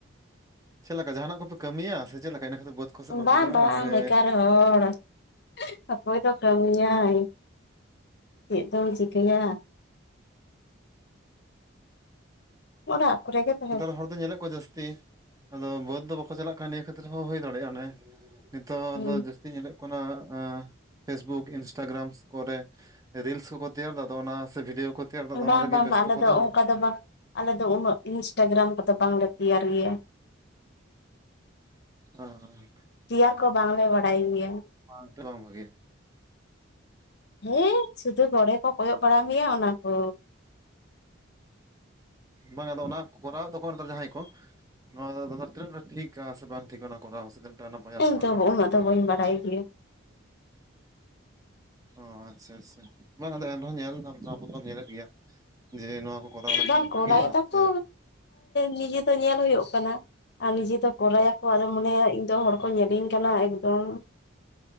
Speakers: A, on the right; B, on the left.
A: ᱪᱮᱫ ᱞᱮᱠᱟ ᱡᱟᱦᱟᱱᱟᱜ ᱠᱚᱯᱮ ᱠᱟᱹᱢᱤᱭᱟ ᱥᱮ ᱪᱮᱫ ᱞᱮᱠᱟ? ᱤᱱᱟᱹ ᱠᱷᱟᱹᱛᱤᱨ ᱵᱟᱹᱫᱽ ᱠᱚᱥᱮᱫ ᱵᱟᱯᱮ
B: ᱵᱟᱝ
A: ᱪᱟᱞᱟᱜᱼᱟ
B: ᱵᱟᱝ
A: ᱥᱮ
B: ᱵᱮᱠᱟᱨ ᱦᱚᱲ, ᱚᱠᱚᱭ ᱫᱚ ᱠᱟᱹᱢᱤᱭᱟᱭ? ᱪᱮᱫ ᱫᱚᱢ ᱪᱤᱠᱟᱹᱭᱟ? ᱟᱲᱟᱜ ᱠᱚᱨᱮ ᱜᱮ ᱛᱟ
A: ᱱᱮᱛᱟᱨ ᱦᱚᱲ ᱫᱩᱧ ᱧᱮᱞᱮᱫ ᱠᱚᱣᱟ ᱡᱟᱹᱥᱛᱤ ᱟᱫᱚ ᱵᱟᱹᱫᱽ ᱫᱚ ᱵᱟᱠᱚ ᱪᱟᱞᱟᱜ ᱠᱟᱱᱟ ᱱᱤᱭᱟᱹ ᱠᱷᱟᱹᱛᱤᱨ ᱦᱚᱸ ᱦᱩᱭ ᱫᱟᱲᱮᱭᱟᱜᱼᱟ᱾ ᱚᱱᱮ ᱱᱤᱛᱚᱜ
B: ᱦᱩᱸ
A: ᱫᱚ ᱡᱟᱹᱥᱛᱤ ᱛᱤ ᱧᱮᱞᱚᱜ ᱠᱟᱱᱟ, ᱟᱸ ᱯᱷᱮᱥᱵᱩᱠ, ᱤᱱᱥᱴᱟᱜᱨᱟᱢ ᱠᱚᱨᱮ ᱨᱤᱞᱥ ᱠᱚᱠᱚ ᱛᱮᱭᱟᱨ ᱮᱫᱟ ᱛᱚ, ᱟᱫᱚ ᱚᱱᱟ ᱥᱮ ᱵᱷᱤᱰᱭᱳ ᱠᱚ ᱛᱮᱭᱟᱨ ᱫᱟ ᱟᱫᱚ
B: ᱵᱟᱝ
A: ᱚᱱᱟ ᱨᱮᱜᱮ
B: ᱵᱟᱝ
A: ᱵᱮᱥᱛᱚ
B: ᱵᱟᱝ, ᱟᱞᱮ
A: ᱠᱚ
B: ᱫᱚ
A: ᱛᱟᱦᱮᱱᱟ
B: ᱚᱱᱠᱟ ᱫᱚ ᱵᱟᱝ ᱟᱞᱮ ᱫᱚ ᱩᱱᱟᱹᱜ ᱤᱱᱥᱴᱟᱜᱨᱟᱢ ᱠᱚᱫᱚ ᱵᱟᱝ ᱞᱮ ᱛᱮᱭᱟᱨ ᱜᱮᱭᱟ᱾
A: ᱦᱚᱸ, ᱦᱚᱸ᱾
B: ᱛᱮᱭᱟᱨ ᱠᱚ ᱵᱟᱝ ᱞᱮ ᱵᱟᱲᱟᱭ ᱜᱮᱭᱟ᱾
A: ᱚᱱᱟ ᱦᱚᱛᱚ ᱵᱟᱝ ᱵᱷᱟᱹᱜᱮᱭᱼᱟ᱾
B: ᱦᱮᱹᱴ ᱥᱩᱫᱷᱩ ᱜᱚᱲᱮ ᱠᱚ ᱠᱚᱭᱚᱜ ᱵᱟᱲᱟ ᱦᱳᱭᱳᱜ ᱚᱱᱟ ᱠᱚ᱾
A: ᱵᱟᱝ ᱟᱫᱚ ᱚᱱᱟ ᱠᱚᱨᱟᱣ ᱮᱫ ᱫᱚᱠᱚ ᱱᱮᱛᱟᱨ ᱡᱟᱦᱟᱸᱭ ᱠᱚ᱾ ᱱᱚᱣᱟ ᱟᱫᱚ ᱛᱤᱱᱟᱹᱜ ᱴᱟ ᱴᱷᱤᱠ ᱪᱮᱫᱟᱜ ᱥᱮ ᱤᱵᱟᱝ ᱴᱷᱤᱠᱟ, ᱚᱱᱟ ᱦᱚᱸ ᱠᱚᱨᱟᱣ ᱥᱩᱫᱷᱩ ᱢᱤᱫᱴᱟᱝ ᱚᱱᱟ
B: ᱤᱧ ᱫᱚ ᱩᱱᱟᱹᱜ ᱫᱚ
A: ᱠᱚᱨᱟᱣ
B: ᱵᱟᱹᱧ ᱵᱟᱲᱟᱭ ᱜᱮᱭᱟ᱾
A: ᱚ ᱟᱪᱪᱷᱟ, ᱟᱪᱪᱷᱟ᱾ ᱵᱟᱝ ᱟᱫᱚ ᱮᱱ ᱨᱮᱦᱚᱸ ᱧᱮᱞ ᱫᱟᱢᱛᱚ ᱟᱵᱚᱫᱚᱢ ᱧᱮᱞᱮᱫ ᱜᱮᱭᱟ᱾ ᱡᱮ ᱱᱚᱣᱟ ᱠᱚ ᱠᱚᱨᱟᱣ ᱞᱮᱠᱷᱟᱱ
B: ᱵᱟᱝ
A: ᱵᱷᱟᱜᱮᱭᱟ
B: ᱠᱚᱨᱟᱣ ᱭᱮᱫᱟᱠᱚ
A: ᱥᱮ
B: ᱱᱤᱡᱮ ᱫᱚ ᱧᱮᱞ ᱦᱩᱭᱩᱜ ᱠᱟᱱᱟ ᱟᱨ ᱱᱤᱡᱮ ᱫᱚ ᱠᱚᱨᱟᱭᱟᱠᱚ ᱟᱨᱮᱢ ᱢᱚᱱᱮᱭᱟ ᱤᱧ ᱫᱚ ᱦᱚᱲ ᱠᱚ ᱧᱮᱞᱤᱧ ᱠᱟᱱᱟ ᱮᱠᱫᱚᱢ